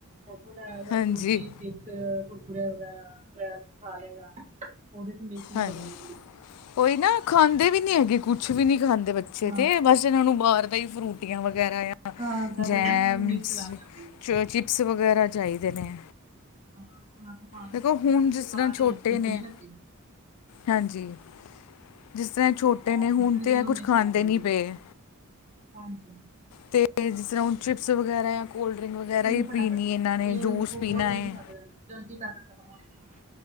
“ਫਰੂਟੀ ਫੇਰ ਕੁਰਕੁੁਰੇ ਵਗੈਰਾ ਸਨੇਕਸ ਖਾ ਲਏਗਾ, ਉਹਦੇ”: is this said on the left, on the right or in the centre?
Right